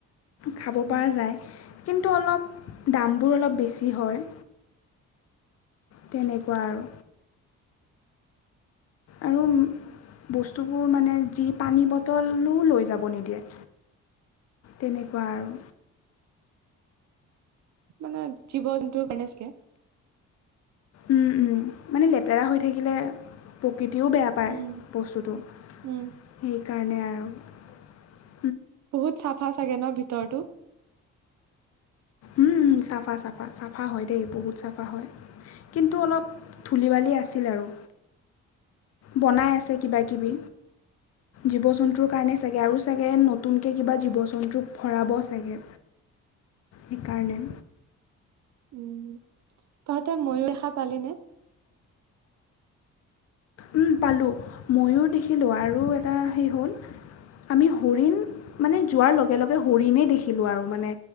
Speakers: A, on the left (about 55°); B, on the right (about 65°).
A: খাব
B: উম
A: পৰা যায় কিন্তু অলপ দামবোৰ অলপ বেছি হয় তেনেকুৱা আৰু আৰু বস্তুবোৰ মানে যি পানী বটল বটলো লৈ যাব নিদিয়ে তেনেকুৱা আৰু
B: মানে জীৱ জন্তুৰ কাৰণে ছাগে
A: উম উম মানে লেতেৰা হৈ থাকিলে প্ৰকৃতিও বেয়া পায়
B: উম,
A: বস্তুটো
B: উম,
A: সেইকাৰণে আৰু উম
B: বহুত চাফা চাগে ন ভিতৰতো
A: উম চাফা চাফা চাফা হয় দেই বহুত চাফা হয় কিন্তু অলপ ধূলি বালি আছিলে আৰু বনাই আছে কিবা কিবি জীৱ জন্তুৰ কাৰণে চাগে আৰু চাগে নতুনকৈ কিবা জীৱ জন্তু ভৰাব চাগে সেইকাৰণে
B: উম তহঁতে ময়ূৰ দেখা পালি নে
A: উম পালো ময়ুৰ দেখিলো আৰু এটা সেই হ'ল আমি ময়ুৰ দেখা পালি নে? হৰিণ মানে যোৱাৰ লগে লগে হৰিণেই দেখিলো আৰু মানে